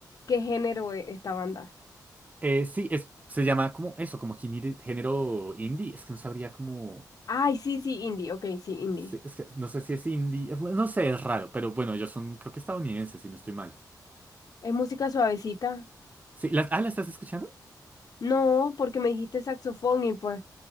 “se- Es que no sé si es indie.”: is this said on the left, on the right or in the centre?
Right